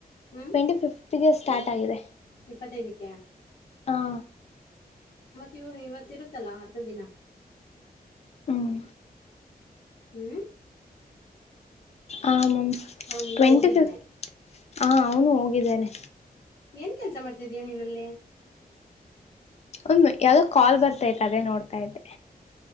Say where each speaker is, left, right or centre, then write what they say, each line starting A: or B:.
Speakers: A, on the left (about 75°); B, on the left (about 45°).
A: ಹ್ಞೂ
B: ಟ್ವೆಂಟಿ ಫಿಫತ್ಗೆ ಸ್ಟಾರ್ಟ್ ಆಗಿದೆ
A: ಇಪ್ಪತ್ತೈದಕ್ಕೆ
B: ಹಾ
A: ಮತ್ತೆ ಇ ಇವತ್ತ ಇರುತ್ತಲ್ಲ ಅರ್ಧ ದಿನ
B: ಹ್ಮ್
A: ಹ್ಮ್
B: ಆ ಮಾಮ್
A: ಅವನಿಲ್ಲ
B: ಟ್ವೆಂಟಿ
A: ಹೋಗಿದ್ದಾನೆ
B: ಫಿಫ್ತ್ ಹ ಅವ್ನು ಹೋಗಿದ್ದಾನೆ
A: ಏನ್ ಕೆಲ್ಸ ಮಾಡ್ತಿದೀಯ ನೀನಲ್ಲಿ
B: ಒ ಯಾವ್ದ ಕಾಲ್ ಬರ್ತೈತ್ ಅದೇ ನೋಡ್ತಾ ಇದ್ದೆ